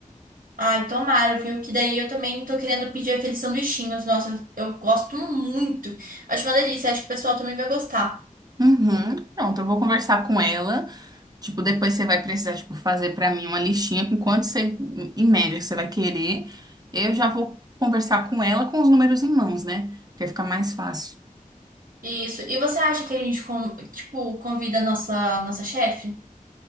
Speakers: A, on the right; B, on the right.
A: Ai, tomara, viu? Que daí eu também tô querendo pedir aqueles sanduichinhos. Nossa, eu gosto muito. Acho uma delícia, acho que o pessoal também vai gostar.
B: Uhum. Pronto, eu vou conversar com ela. Tipo, depois você vai precisar, tipo, fazer para mim uma listinha com quanto você, em média, que você vai querer. Eu já vou conversar com ela com os números em mãos, né? Porque fica mais fácil.
A: Isso. E você acha que a gente, con- tipo, convida a nossa, nossa chefe?